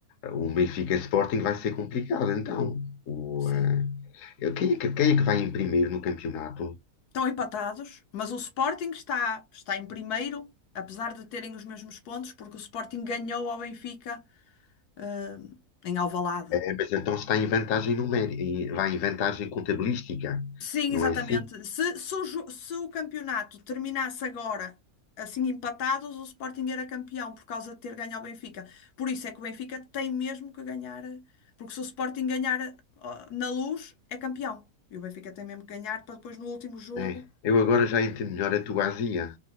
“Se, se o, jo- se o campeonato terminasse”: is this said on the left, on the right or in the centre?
Left